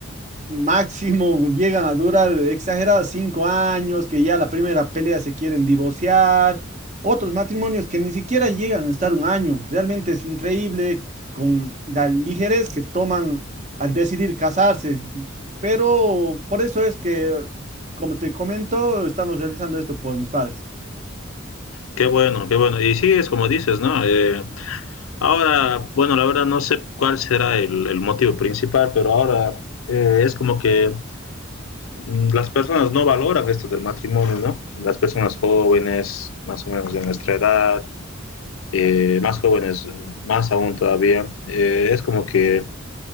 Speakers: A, on the right (about 35°); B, on the left (about 80°).
A: máximo llegan a durar exagerados cinco años, que ya la primera pelea se quieren divorciar, otros matrimonios que ni siquiera llegan a estar un año. Realmente es increíble con la ligerez que toman al decidir casarse. Pero por eso es que, como te comento, estamos realizando esto por mis padres.
B: Qué bueno, qué bueno. Y sí, es como dices, ¿no? Eh, ahora, bueno, la verdad no sé cuál será el, el motivo principal, pero ahora eh, es como que mm, las personas no valoran esto del matrimonio, ¿no? Las personas jóvenes, más o menos de nuestra edad, eh, más jóvenes, más aún todavía, eh, es como que